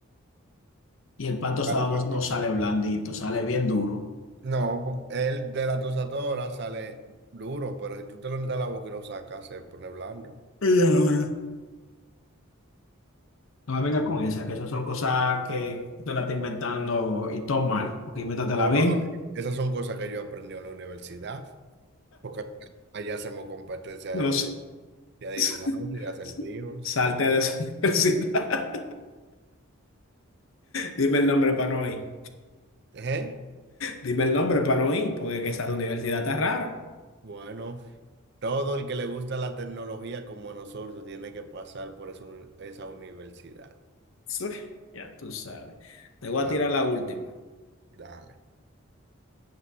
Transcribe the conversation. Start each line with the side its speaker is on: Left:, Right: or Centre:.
Left: y el pan tostado
Right: Claro.
Left: no, no sale blandito, sale bien duro.
Right: No, po- el de la tusatora sale duro, pero si tú te lo metes a la boca y lo sacas, se pone blando.
Left: Y ahora, No me venga con esa, que esas son cosas que tú te la estás inventando y todo mal, porque invéntatela
Right: No,
Left: bien.
Right: Esas son cosas que yo aprendí en la universidad, porque allá hacemos competencia
Left: No sé.
Right: de, de adivinanzas
Left: <laughs>
Right: y acertijos.
Left: Salte de esa <laughs> universidad. Dime el nombre para no ir.
Right: Ejé.
Left: Dime el nombre para no ir, porque que esa universidad está rara.
Right: Bueno, todo el que le gusta la tecnología como nosotros tiene que pasar por esa uni- esa universidad.
Left: Sí, Ya tú sabes. Te voy
Right: La,
Left: a tirar la última.
Right: dale.